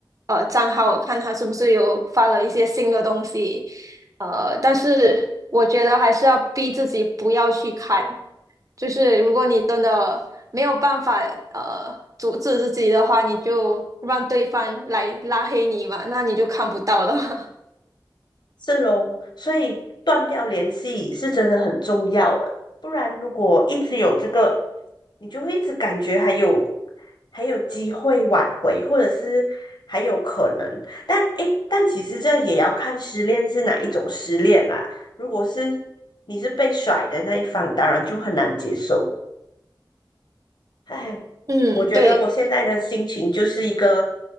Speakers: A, on the right; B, on the left.
A: 呃账号，看他是不是有发了一些新的东西，呃，但是我觉得还是要逼自己不要去看，就是如果你真的没有办法呃阻止自己的话，你就让对方来拉黑你嘛，那你就看不到了。<laughs>
B: 是咯，所以断掉联系是真的很重要诶，不然如果一直有这个，你就会一直感觉还有还有机会挽回，或者是还有可能。但诶，但其实这也要看失恋是哪一种失恋啦。如果是你是被甩的那一方，当然就很难接受。哎，
A: 嗯，
B: 我觉得我现在的心情就是一个
A: 对。